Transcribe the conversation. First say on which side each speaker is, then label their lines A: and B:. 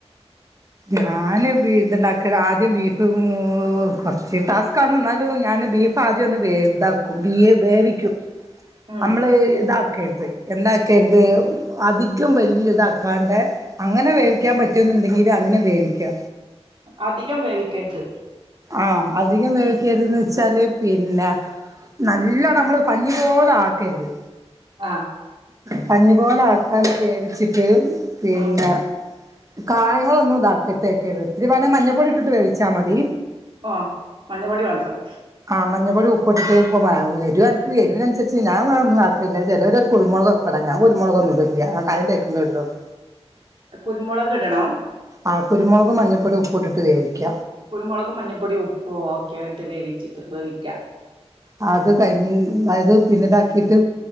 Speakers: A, on the right (about 30°); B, on the right (about 50°).
A: ഞാന് ഇത്ണ്ടാക്കിയ ആദ്യം ബീഫ് കൊറച്ച് ടാസ് കാണ് എന്നാലും ഞാന് ബീഫ് ആദ്യം ഒന്ന് വേ ഇതാക്കും വ വേവിക്കും
B: ഉം
A: നമ്മള് ഇതാക്കരുത് എന്താക്കരുത് അധികം വലിയ ഇതാക്കാണ്ട് അങ്ങനെ വേവിക്കാൻ പറ്റുമുന്നുണ്ടെങ്കിൽ അങ്ങനെ വേവിക്കാ
B: അധികം വേവിക്കരുത്
A: ആഹ അധികം വേവിക്കരു
B: ഉം
A: ത്‌ന് വെച്ചാല് പിന്നെ നല്ല നമ്മള് പഞ്ഞി പോലെ ആക്കരുത്
B: ആഹ
A: പഞ്ഞിപോലെ ആക്കാതെ വേവിച്ചിട്ട് പിന്നെ
B: ഉം
A: കായങ്ങളൊന്നും ഇതാക്ക തേക്കരുത് ഒത്തിരി വേണ മഞ്ഞപ്പൊടി ഇട്ടിട്ട് വേവിച്ചാൽ മതി
B: ഓ മഞ്ഞ പൊടി മാത്രം
A: ആ മഞ്ഞപ്പൊടി ഉപ്പ്ട് ട്ട് ഇപ്പ എരുഅൻക്ക് എരുവിനൻസര്ച്ച് ഞാൻ ഒന്നും ആക്കേല്ല ചിലര് കുരു മുളകൊ അത ഞാൻ കുരുമുളകൊന്നും ഇട ലില്ല ഞാൻ കായംതേക്ക്ന്നെ ഇടലൊള്ളു.
B: കുരുമുളക്ക്ടണം?
A: ആ കുരുമുളക്കും, മഞ്ഞപ്പൊടി, ഉപ്പ് ഇടിട്ട് വേവിക്ക.
B: കുരുമുളക്കും മഞ്ഞപ്പൊടിയും ഉപ്പും ഒക്കെ ഇട്ട് വേവിച്ചിട്ട് വേവി
A: ആ അത് കയ്ഞ് അയ്ത് പിന്നെ ഇതാക്കിട്ട്